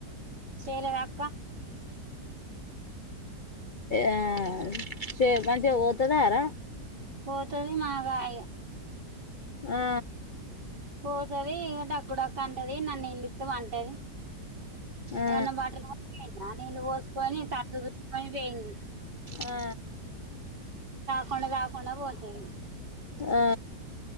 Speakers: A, on the right; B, on the left.
A: చేయలేదక్క.
B: ఆ చే మంచిగ పోతదార?
A: పోతది మాగా ఇగ.
B: ఆ
A: పోతది ఇగ డక్కు డక్కు అంటది, ఇన్నన్ని నీల్లిత్తె పంటది.
B: ఆ
A: ఏవన్నా <unintelligible> నీళ్ళు పోసుకొని, తట్టు జుట్టుకొని పోయింది.
B: ఆ
A: కొన్ని గాకుండ బోతయ్.
B: ఆ